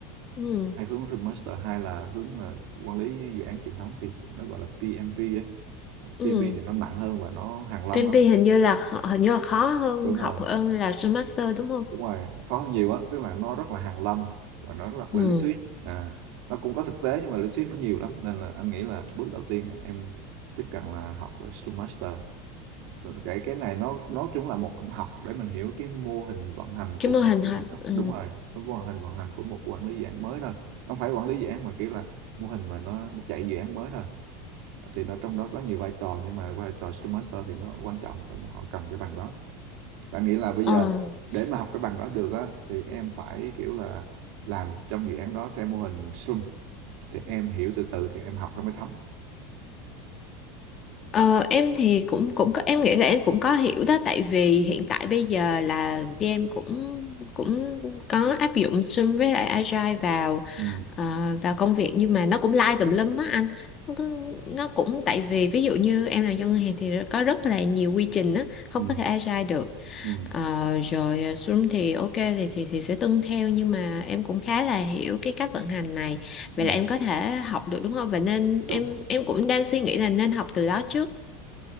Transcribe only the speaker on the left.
ừ
ừ
PMP
hình như là kh- hình như là khó hơn
học
hơn là Scrum Master đúng không?
Ừ.
Cái mô
hình
học
ừ.
Ờ,
s-
ờ, em thì cũng cũng có em nghĩ là em cũng có hiểu đó tại vì hiện tại bây giờ là em cũng cũng có áp dụng Scrum với lại Agile vào
ờ, vào công việc nhưng mà nó cũng lai tùm lum á anh nó cũng nó cũng- tại vì ví dụ như em làm trong ngân hàng thì có rất là nhiều quy trình á không
có thể Agile được
Ờ, rồi à, Xuân thì ok thì thì thì sẽ tuân theo nhưng mà em cũng khá là hiểu cái cách vận hành này vậy
là em có thể học được đúng không và nên
em em cũng đang suy nghĩ là nên học từ đó trước